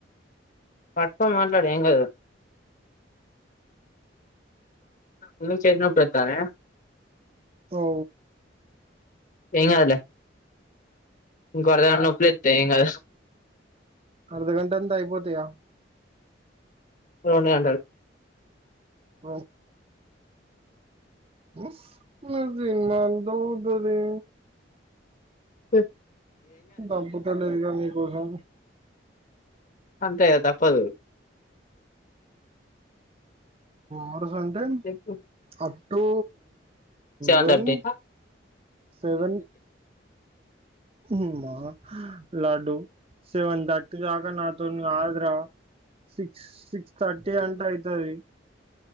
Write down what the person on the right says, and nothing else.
ఔ
అర్ధగంట అంతా అయిపోతయా
బ ఉ సినిమా దౌ ధరే
దొబ్బుతా లేదుగా మీరు ఓహో
ఆరు కంటే
up to
when
seven ఉమా హు లడ్డు సెవెన్ థర్టీ దాకా నాతోనీ కాదురా సిక్స్ సిక్స్ థర్టీ అంటే అయితది